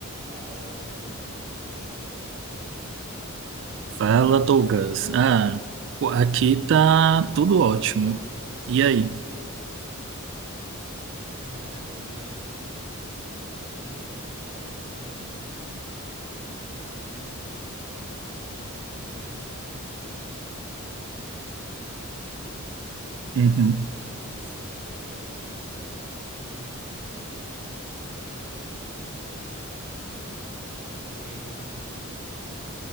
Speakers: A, on the right (about 35°); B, on the right (about 60°).
A: Fala, Brendo, tudo bem, cara? Boa tarde aí.
B: Fala, Douglas. Ah, pô, aqui tá tudo ótimo. E aí?
A: Cara, que tô bem, mas assim, eu, eu encontrei um, um ex-amigo, né? Porque é um ex-amigo, porque, enfim,
B: Uhum.
A: ele fez uma, uma coisa aí que marcou muito, assim, e acabou que apaguei ele, assim, da minha,